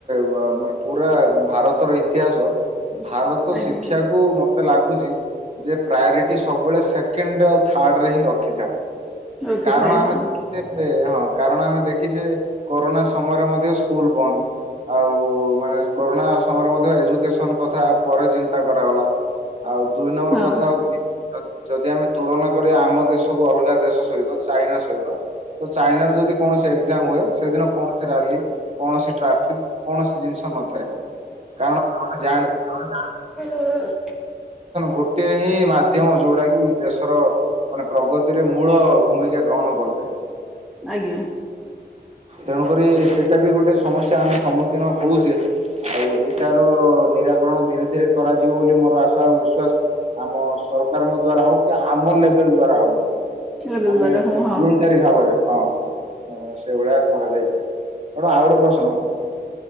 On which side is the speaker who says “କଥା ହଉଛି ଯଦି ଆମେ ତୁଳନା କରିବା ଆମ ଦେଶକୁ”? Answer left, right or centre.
Right